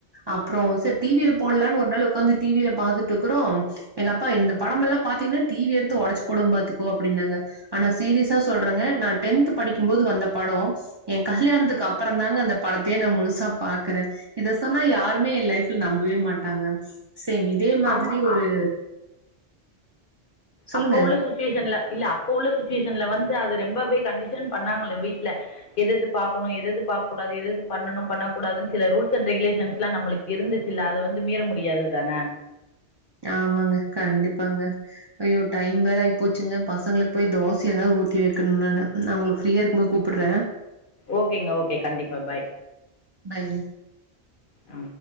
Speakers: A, on the right; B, on the left.
A: அப்றோம் செரி டீவில போடலான்னு ஒரு நாள் உக்காந்து டீவில பாத்துட்ருக்கறோ எங்க அப்பா இந்த படம் எல்லா பாத்தீங்கன்னா டிவி எடுத்து ஒடச்சு போடுவ பாத்து கோ அப்டின்னாங்க ஆனா சீரியஸா சொல்றங்க நா டென்த்து படிக்கும்போது வந்த படோ ஏ கல்யாணத்துக்கு அப்பறம் தாங்க அந்த படத்தையே நா முழுசா பாக்குற இத சொன்னா யாருமே என் லைஃப்ல நம்பவே மாட்டாங்க சேம் இதே மாதிரி
B: ஆமா.
A: ஒரு
B: அ
A: சொல்லுங்க
B: அப்ப உள்ள சுச்சிவேஷன்ல இல்ல அப்ப உள்ள சுச்சிவேஷன்ல வந்து அது ரெம்பவே கண்டிஷன் பண்ணாங்களே வீட்ல எது எது பாக்கணு எது எது பாக்கக்கூடாது எது எது பண்ணணு பண்ணக்கூடாதுன்னு சில ரூல்ஸ் அண்ட் ரெகுலேஷன்ஸ்லா நம்மளுக்கு இருந்துச்சுல்ல அத வந்து மீற முடியாது தான
A: ஆமாங்க கண்டிப்பாங்க ஐயோ டைம் வேற ஆயி போச்சுங்க பசங்களுக்கு போய் தோச எதாவது ஊத்தி வெக்கணு நானு நா உங்களுக்கு ஃப்ரீயா இருக்கும்போது கூப்புட்ற
B: ஓகேங்க ஓகே கண்டிப்பா பாய்
A: பாய்
B: ஆ